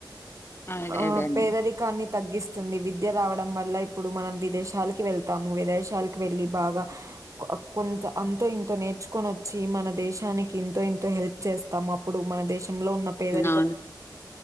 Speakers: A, on the left (about 30°); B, on the right (about 45°).
A: అదే
B: ఆ
A: అదే అండి
B: పేదరికాన్ని తగ్గిస్ సో ఈ విద్య రావడం వల్ల ఇప్పుడు మనం విదేశాలకి వెళ్తాము విదేశాలకు వెళ్ళి బాగా కొంత అంతో ఇంతో నేర్చుకొని వచ్చి మన దేశానికి ఎంతో ఇంతో హెల్ప్ చేస్తాం అప్పుడు మన దేశంలో ఉన్న పేదరి
A: అవునా